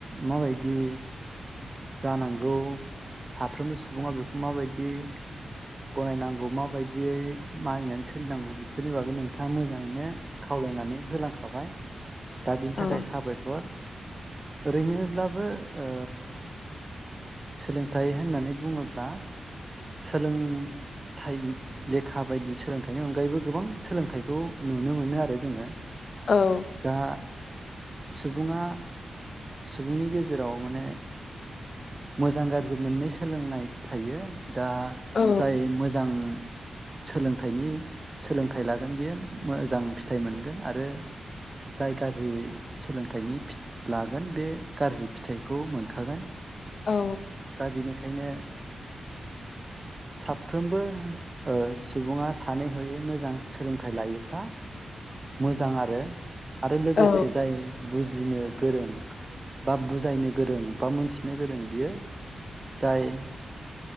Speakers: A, on the right; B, on the left.
A: माबायदि। जानांगौ साफ्रोमबो सुबुङा बेखौ माबायदि गनायनांगौ माबायदियै मानिनानै सोलिनांगौ बेफोरनि बागै नोंथाङा मोजाङैनो खावलायनानै होलांखाबाय दा बिनि
B: औ
A: थाखाय साबायखर ओरैनोब्लाबो ओ। सोलोंथाइ होननानै बुङोब्ला सोलों थाइ लेखा बायदि सोलोंथाइनि अनगायैबो गोबां सोलोंथाइखौ नुनो मोनो आरो जोङो
B: औ।
A: दा सुबुङा सुबुंनि गेजेराव माने मोजां गाज्रि मोननै सोलोंनाय थायो। दा
B: औ
A: जाय मोजां सोलोंथाइनि सोलोंथाइ लागोन बेयो मोजांफि फिथाइ मोनगोन आरो जाय गाज्रि सोलोंथाइनि फि ला। गोन बे गाज्रि फिथाइखौ मोनखागोन
B: औ
A: दा बेनि ओंखायनो साफ्रोमबो ओ सुबुङा सानै हयै मोजां सोलोंथाइ लायोब्ला मोजां आरो। आरो लोगोसे
B: औ
A: जाय बुज जिनो गोरों बा बुजायनो गोरों बा मोन नो गोरों बियो जाय